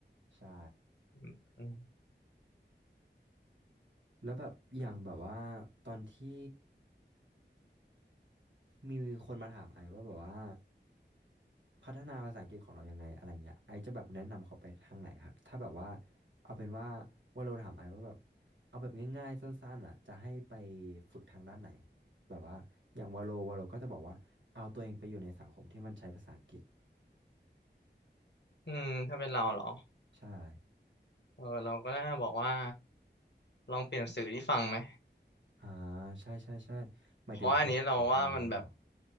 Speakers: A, on the right; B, on the left.
A: ใช่
B: อืม
A: แล้วแบบอย่างแบบว่าตอนที่มีคนมาถามไอว่าแบบว่า พัฒนาภาษาอังกฤษของเรายังไงอะไรเงี้ยไอจะแบบแนะนำเขาไปทางไหนครับถ้าแบบว่าเอาเป็นว่าว่าเราถามไอว่าแบบเอาแบบง่ายๆสั้นๆอ่ะจะให้ไปฝึกทางด้านไหนแบบว่าอย่างวาโลวาโลก็จะบอกว่าเอาตัวเองไปอยู่ในสังคมที่มันใช้ภาษาอังกฤษ
B: อืมถ้าเป็นเราเหรอ
A: ใช่
B: เออเราก็น่าบอกว่าลองเปลี่ยนสื่อที่ฟังไหม
A: อ่าใช่ใช่ใช่หมายถึงฟังข่าวฟังอะไรเนี่ยเหรอ
B: เพราะว่าอันนี้เราว่ามันแบบ